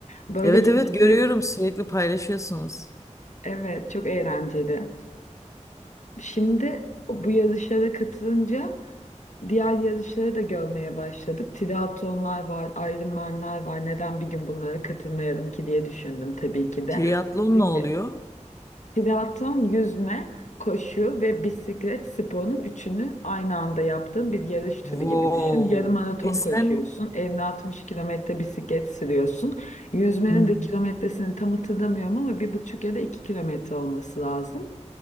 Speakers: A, on the left; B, on the left.
A: Böyle
B: Evet
A: yarışları
B: evet görüyorum sürekli paylaşıyorsunuz.
A: evet çok eğlenceli. Şimdi bu yarışlara katılınca diğer yarışları da görmeye başladık. Triatlonlar var, Ironman'ler var. Neden bir gün bunlara katılmayalım ki diye düşündüm tabii ki de.
B: Triatlon
A: Bisiklet-
B: ne oluyor?
A: Triatlon, yüzme, koşu ve bisiklet sporunun üçünü aynı anda yaptığın bir yarış türü
B: Wow.
A: gibi düşün. Yarım maraton
B: E
A: koşuyorsun,
B: sen
A: 50-60 kilometre bisiklet sürüyorsun. Yüzmenin
B: Hı hı.
A: de kilometresini tam hatırlamıyorum ama bir buçuk ya da iki kilometre olması lazım.